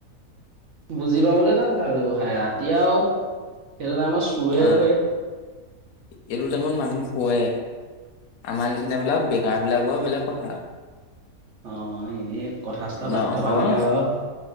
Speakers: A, on the right; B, on the left.
A: বুজি পাবলে টান তাৰ ব্যৱসায় ৰাতি আৰু সেইটো টাইমত চোৰহে
B: আহ
A: ঘূৰে
B: এইটো টাইমত মানুহ শুৱে আমাৰ নিচিনাবিলাক বেকাৰ বিলাক বাৰু বেলেগ কথা
A: অ এনেই কথা চথা পাতি
B: নহয়
A: থকাবিলাক আৰু